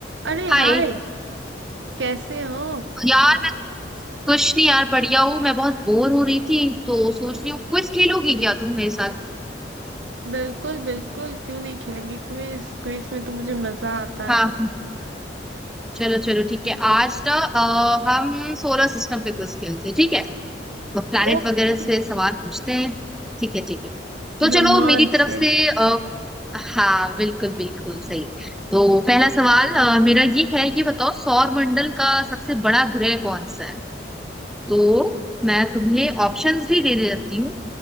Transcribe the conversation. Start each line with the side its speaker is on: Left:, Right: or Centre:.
Right: अरे
Centre: हाय
Right: हाय कैसे हो
Centre: यार मैं कुछ नहीं यार बढ़िया हूँ मैं बहुत बोर हो रही थी तो सोच रही हूँ कुछ खेलोगी क्या तुम मेरे साथ
Right: बिल्कुल बिल्कुल क्यों नहीं खेलेंगे क्विज क्विज में तो मुझे मजा आता
Centre: हाँ
Right: है
Centre: हाँ चलो चलो ठीक है आज ना अ, हम सोलर सिस्टम पे कुछ खेलते हैं ठीक है तो प्लैनेट
Right: ओके
Centre: वगैरह से सवाल पूछते हैं ठीक है ठीक है तो
Right: ब्रह्मांड
Centre: चलो मेरी
Right: से
Centre: तरफ से आ, हाँ बिल्कुल बिल्कुल सही तो पहला सवाल अ, मेरा ये है ये बताओ सौर मंडल का सबसे बड़ा ग्रह कौन सा है तो मैं तुम्हें ऑप्शंस भी दे देती हूँ